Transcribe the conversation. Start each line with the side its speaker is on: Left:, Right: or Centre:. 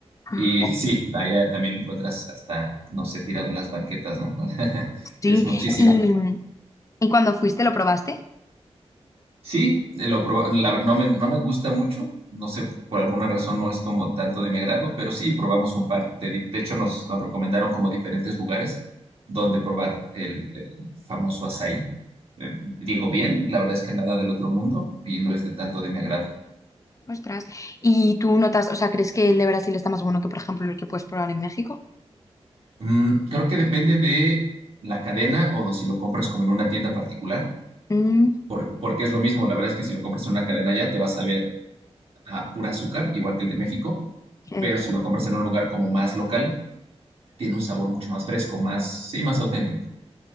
Left: Mm,
Right: Y <laughs> sí, allá también lo encuentras hasta, no sé, tirado en las banquetas, ¿no? <laughs>
Left: Sí,
Right: Es muchísimo.
Left: y, y cuando fuiste, ¿lo probaste?
Right: Sí, eh, lo proba- la- no me, no me gusta mucho, no sé, por alguna razón no es como tanto de mi agrado, pero sí probamos un par. De, di- de hecho, nos, nos recomendaron como diferentes lugares donde probar el, el famoso açaí. Eh, digo bien, la verdad es que nada del otro mundo y no es de tanto de mi agrado.
Left: Ostras. ¿Y tú notas, o sea, crees que el de Brasil está más bueno que, por ejemplo, el que puedes probar en México?
Right: Mm, creo que depende de la cadena o de si lo compras como en una tienda particular,
Left: Mm,
Right: por- porque es lo mismo. La verdad es que si lo compras en una cadena ya te vas a ver a pura azúcar, igual que el de México,
Left: eh,
Right: pero si lo compras en un lugar como más local tiene un sabor mucho más fresco, más, sí, más auténtico.